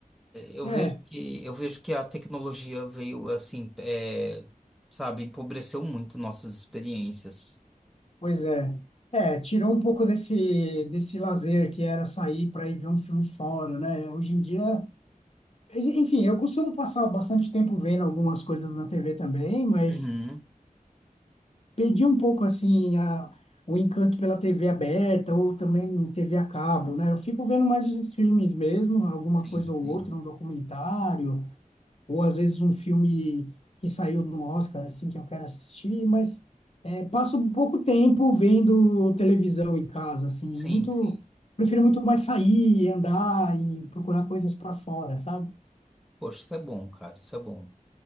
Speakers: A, in the centre; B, on the left.
A: eu
B: É,
A: vejo que, eu vejo que a tecnologia veio assim, é, sabe, empobreceu muito nossas experiências.
B: pois é. É, tirou um pouco desse, desse lazer que era sair para ir ver um filme fora, né? Hoje em dia Enfim, eu costumo passar bastante tempo vendo algumas coisas na TV também, mas
A: Uhum.
B: perdi um pouco assim a, o encanto pela TV aberta ou também TV a cabo, né? Eu fico vendo mais os streamings mesmo, alguma
A: Sim,
B: coisa
A: sim.
B: ou outra, um documentário, ou às vezes um filme que saiu no Oscar, assim, que eu quero assistir, mas é, passo pouco tempo vendo televisão em casa, assim,
A: Sim,
B: muito,
A: sim.
B: prefiro muito mais sair, andar e procurar coisas para fora, sabe?
A: Poxa, isso é bom, cara, isso é bom.